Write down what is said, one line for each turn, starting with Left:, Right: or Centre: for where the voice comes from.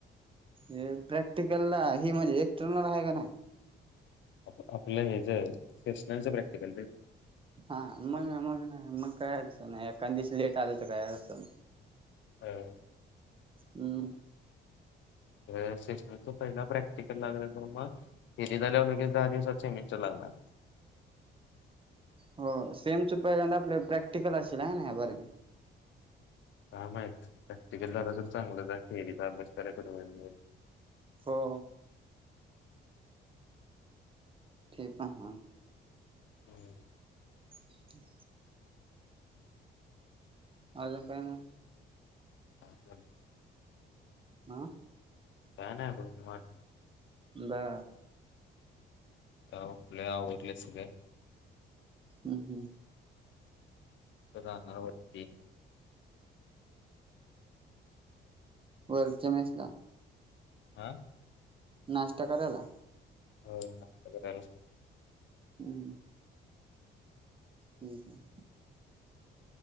Right: जे प्रॅक्टिकलला ही म्हणजे एक्सट्रनल हाय काय नाय?
Left: आपलं आपलं हेज शासनाच प्रॅक्टिकल रे.
Right: हा मग मग नाय मग काय असं नाय एकां दिवस लेट आलं तर काय असतं.
Left: हो
Right: हम्म
Left: व्हय सिस्टरचा पहिला प्रॅक्टिकल लागला तर मग? फिरी झाल्यावर लगेच दहा दिवसात चेमिचर लागणार.
Right: होय सेमच पहिल्यांदा आपले प्रॅक्टिकल असेल हाय नाई या बारीनं.
Left: काय माहीत प्रॅक्टिकल झाला तर चांगलंच आहे. थेरीचा अभ्यास कराय तर वेळ मिळलं.
Right: हो. ते पण म्हण.
Left: हम्म.
Right: हम अजून काय मग?
Left: <unintelligible>
Right: आं
Left: काय नाय. <unintelligible>
Right: दा
Left: ताव आपले आवरले सगळे?
Right: हम्म हम्म.
Left: रहणार वरती
Right: वर्च्या मेसला
Left: हा
Right: नाश्ता करायला
Left: होय नाश्ता करायला.
Right: हम्म हम्म